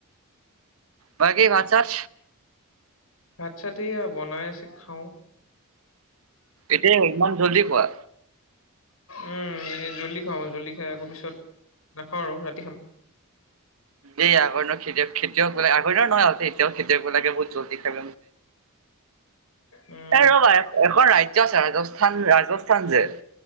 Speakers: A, on the right; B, on the left.
A: বাকী ভাত-চাত?
B: ভাত - চাত এয়া বনাই আছে খাওঁ।
A: এতিয়া ইমান জলদি খোৱা?
B: উম এই জলদি খাওঁ জলদি খাই আকৌ পিছত নাখাওঁ আৰু ৰাতি খাম।
A: এই আগৰ দিনৰ খেতিয়ক খেতিয়ক মানে আগৰ দিনৰ নহয়, এতিয়াও খেতিয়কবিলাকে বহুত জলদি খায়।
B: উম
A: য ৰ ভাই <unintelligible> এখন ৰাজ্য আছে ৰাজস্থান ৰাজস্থান যে,